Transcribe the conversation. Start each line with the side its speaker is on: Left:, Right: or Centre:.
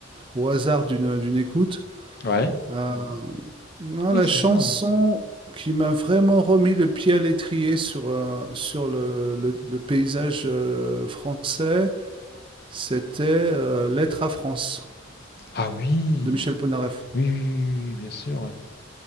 Right: au hasard d'une d'une écoute.
Left: Ouais.
Right: Euh, Mhm. non,
Left: Oui,
Right: la
Left: c'est
Right: chanson
Left: ça. ouais.
Right: qui m'a vraiment remis le pied à l'étrier sur, euh, sur le, le- le paysage euh, français c'était euh, Lettre à France
Left: Ah oui,
Right: de Michel Polnareff.
Left: oui, oui, oui, oui, oui, bien sûr. ouais.